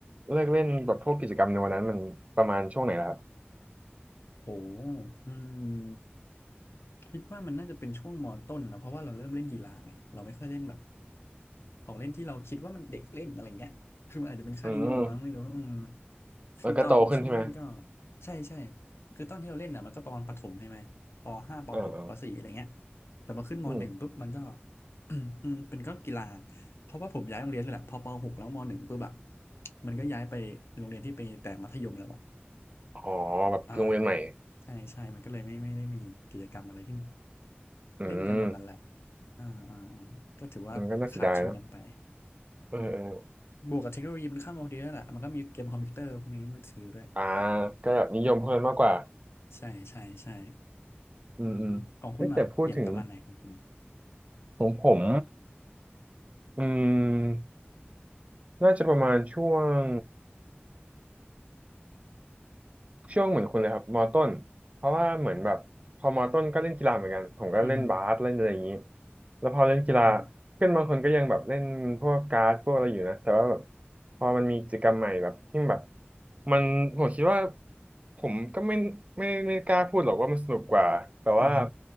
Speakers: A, on the right; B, on the left.
A: เลิกเล่นแบบพวกกิจกรรมในวันนั้นมันประมาณช่วงไหนล่ะครับ
B: โอ้อืม คิดว่ามันน่าจะเป็นช่วงมต้นนะเพราะว่าเราเริ่มเล่นกีฬาไงเราไม่ค่อยเล่นแบบของเล่นที่เราคิดว่ามันเด็กเล่นอะไรเงี้ยคือมันอาจจะเป็นค่านิยมมั้งไม่รู้อืม
A: อืม
B: คือตอนช่วงเล่นก็
A: มันก็โตขึ้นใช่ไหม
B: ใช่ใช่คือตอนที่เราเล่นอ่ะมันก็ประมาณประถมใช่ไหมปห้าปหกปสี่อะไรเงี้ย
A: อ่าอา
B: แต่พอขึ้นมหนึ่งปุ๊บมันก็
A: อืม
B: <coughs> <clears throat> อืมเป็นก็กีฬาเพราะว่าผมย้ายโรงเรียนเลยแหละพอปหกแล้วมหนึ่งปุ๊บแบบมันก็ย้ายไปโรงเรียนที่ไปแต่มัธยมแล้วอะ
A: อ๋อแบบโรงเรียนใหม่
B: อ่าใช่ใช่มันก็เลยไม่ไม่ได้มีกิจกรรมอะไรที่
A: อืม
B: เล่นกันแบบนั้นแหละอ่าอ่าอ่าก็ถือว่าขาดช่วงนั้นไป
A: มันก็น่าเสียดายเนอะเออเออ
B: บวกกับเทคโนโลยีมันเข้ามาพอดีแล้วยแหละมันก็มีเกมคอมพิวเตอร์พวกนี้มือถือด้วย
A: อ่าก็แบบนิยมเพื่อนมากกว่า
B: ใช่ใช่ใช่
A: อืมอืมเฮ้ยแต่พูดถึง
B: อือฮึของคุณอ่ะเปลี่ยนประมาณไหนของคุณ
A: ของผมอืมน่าจะประมาณช่วง ช่วงเหมือนคุณเลยครับมอต้นเพราะว่าเหมือนแบบพอมอต้นก็เล่นกีฬาเหมือนกันผมก็เล่นบาสเล่นอะไรอย่างนี้
B: อือฮึ
A: แล้วพอเล่นกีฬา
B: อือฮึ
A: เพื่อนบางคนก็ยังแบบเล่นพวกการ์ดพวกอะไรอยู่นะแต่ว่าแบบพอมันมีกิจกรรมใหม่แบบที่แบบมันผมคิดว่าผมก็ไม่ไม่ไม่กล้าพูดหรอกว่ามันสนุกกว่าแต่ว่า
B: อือฮึ